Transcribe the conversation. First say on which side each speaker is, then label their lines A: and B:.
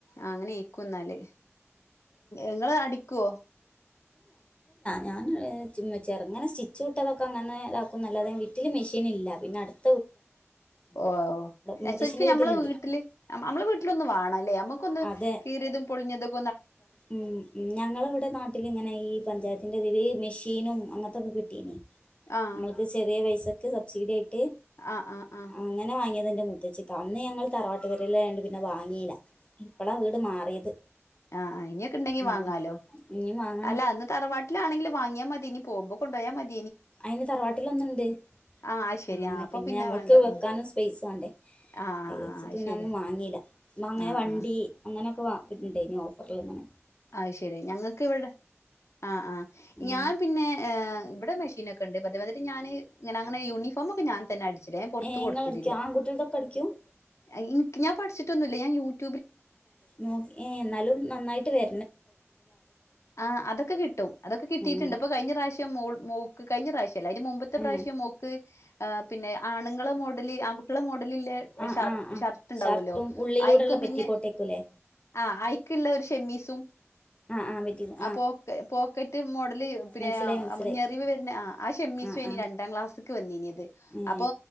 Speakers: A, on the left; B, on the left.
A: അങ്ങനെർ കുന്നാല്. ഇങ്ങള് അടിക്കുവോ?
B: ഞാൻമ് ചെറങ്ങനെ, സ്റ്റിച്ച് വിട്ടതൊക്കെ, അങ്ങനെ താക്കും നല്ലാതെ വീട്ടിൽ മി ഷീനില്ല. പിന്നെ അടുത്ത്
A: ഓ
B: മൂത്തച്ഛന്റെ
A: സെരിക്കും
B: വീട്ടിലുണ്ട്
A: ഞമ്മളെ വീട്ടില് മ്മളെ വീട്ടിലൊന്ന് വണല്ലേ? നമ്മുക്കൊന്ന്
B: അതെ
A: കീറിതും, പൊളിഞ്ഞതും
B: ഉം, ഉം. ഞങ്ങളവിടെ നാട്ടിലിങ്ങനെ ഈ പഞ്ചായത്തിൻ്ററെ തിൽ മിഷീനും അങ്ങനത്തൊക്കെ കിട്ടീന്
A: ആഹ്
B: നമ്മൾക്ക് ചെറിയ പൈസക്ക് സബ്സിഡി ആയിട്ട്
A: ആഹ് ആഹ് ആഹ്
B: അങ്ങനെ വാങ്ങിയ അതിന്റെ മുത്തച്ചിക്ക, അന്ന് ഞങ്ങൾ തറവാട്ട് പെരേലാ യൊണ്ട് പിന്നെ വാങ്ങീ ല്ല ഇപ്പളാ വീട് മാറിയത്.
A: ആ ഇനിയൊക്കെ ഉണ്ടെങ്കി
B: ഉം
A: വാങ്ങാലോ?
B: ഇനി വാങ്ങണം
A: അല്ല അന്ന് തറവാട്ടിലാണെങ്കില് വാങ്ങിയാ മതിയെനി, നി പോകുമ്പോ കൊണ്ടോയാ മതി.
B: അയിന് തറവാട്ടില് ഒന്ന്ണ്ട്.
A: ആ അത് ശരി
B: അങ്ങനെ
A: ആ അപ്പൊ
B: പിന്നെ ഞമ്മൾക്ക്
A: വേണ്ട
B: വെക്കാനും
A: ഉം
B: സ്പൈസേണ്ടേ?
A: ആ ആ
B: അയ്യരിച്ചിട്ട്
A: ആ ആ
B: ന്നെ
A: ശരി
B: അന്ന് വാങ്ങീല്ല. അങ്ങനെ
A: ആ
B: വണ്ടി,
A: ആ
B: അങ്ങനെയൊക്കെ ണ്ടയ്നി ഓഫറിൽ ങ്ങനെ
A: ആ ശരി ഞങ്ങൾക്ക് ഇവിടെ ആ ആഹ
B: ഉം
A: ഞാൻ പിന്നെ ഇവിടെ മെഷീനൊക്കെ ണ്ട്. പത് വരേറ്റ് ഞാന് ഇങ്ങനെ ഞമ്മളെ യൂണിഫോമൊ ക്കെഞാൻ അടിച്ചല. ഞാൻ പുറത്ത്
B: ഏഹ്
A: കൊടുക്കലില്ല.
B: ഇങ്ങളടിക്കോ ആൺകുട്ടികൾതൊക്കെ അടിക്കും
A: ഞാൻ ഇൻക് പഠിച്ചിട്ടൊന്നുല്ല, ഞാ യു ടു
B: <unintelligible> എന്നാലും നന്നായിട്ട് വെ
A: ആ അതൊക്കെ കിട്ടും. അതൊക്കെ കിട്ടിട്ടുണ്ട്,
B: ഉം
A: ഇപ്പൊ കഴിഞ്ഞ പ്രാവശ്യം മോൾ മോക്ക് കഴിഞ്ഞ പ്രാവശ്യല്ല, അയിന്റെ മുമ്പത്തെ പ്രാവശ്യം
B: ഏ
A: മോക്ക് ആ പിന്നെ ആണുങ്ങള മോഡല്, ആൺകുട്യളെ മോഡല് ല്ലേ
B: ആ
A: ഷർ
B: ആ ആ
A: ഷർട്ട് ഉണ്ടാവല്ലോ
B: ഷർട്ടും ഉള്ളിലൂടെള്ള
A: ഐയിക്കും
B: പെറ്റിക്കോട്ടേക്കുംല്ലേ
A: പിന്നെ ആഹ അയിക്ക്ള്ള ഒരു ഷെമ്മീസും
B: ആ ആ പെറ്റി <unintelligible> ആ
A: ആ പോക്ക പോക്കറ്റ് മോഡല് പിന്നെ
B: മനസ്സിലായി മനസ്സിലായി
A: ഞെറിവ് വരണ ആ ആ ഷെമ്മീസ്
B: ആ
A: ഏനി
B: ആ
A: രണ്ടാം ക്ലാസ് വന്നീനത്.
B: ഏ
A: അപ്പൊ